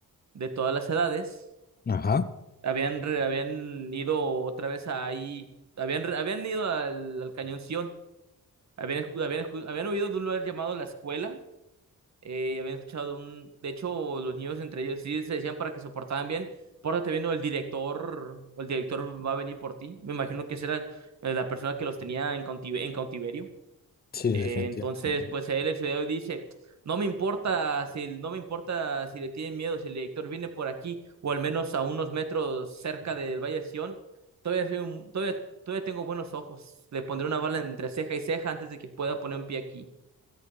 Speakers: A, on the right (about 50°); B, on the left (about 25°).
A: de todas las edades
B: Ajá.
A: Habían, re- habían ido otra vez ahí, habían, re- habían ido al, al Cañón Sion, habían, escu- habían, escu- habían huido de un lugar llamado La Escuela, eh, habían escuchado de un, de hecho, los niños entre ellos sí se decían para que se portaran bien, pórtate bien o el director, o el director va a venir por ti, me imagino que esa era eh, la persona que los tenía en cautive- en cautiverio.
B: Sí,
A: Eh,
B: definitivamente.
A: entonces, pues a él el ciudadano dice, no me importa si no me importa si le tienen miedo, si el director viene por aquí o al menos a unos metros cerca del Valle de Sion, todavía soy un- todavía, todavía tengo buenos ojos. Le pondré una bala entre ceja y ceja antes de que pueda poner un pie aquí.